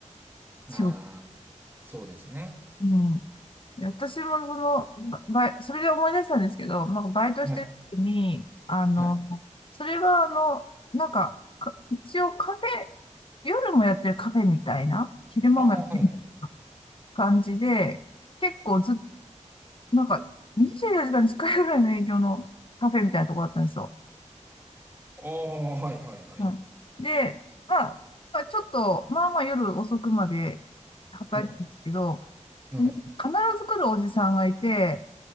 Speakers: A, on the left (about 45°); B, on the right (about 15°).
A: 仕事。
B: ああ、そうですね。
A: うん。で私もその、
B: うん
A: ばバイ、それで思い出したんですけど、まあ、バイトしてる時に、
B: はい、
A: あの、
B: はい。
A: それはあの、なんか、か一応カフェ、夜もやってるカフェみたいな、昼間もやってる
B: ああ、はい、はい。
A: 感じで、結構ずっなんか、24時間に使えるぐらいの営業のカフェみたいなとこだったんですよ。
B: ああ、はい、はい、はい。
A: うん。で、まあ、まあ、ちょっと、まあまあ夜遅くまで働いてたんですけど、
B: はい、はい、
A: 必ず来るおじさんがいて、